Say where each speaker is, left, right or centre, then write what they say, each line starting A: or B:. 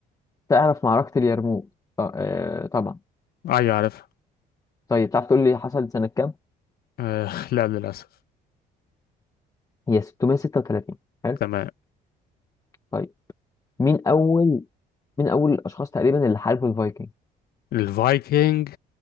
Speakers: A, on the left; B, on the left.
A: تعرف معركة اليرموك ط- آه، طبعا
B: أيوة عارف
A: طيب تعرف تقول لي حصلت سنة كام
B: آه، لا للأسف
A: هي 636 حلو
B: تمام
A: طيب مين أول مين أول الأشخاص تقريبا اللي حاربوا الفايكنج
B: الفايكنج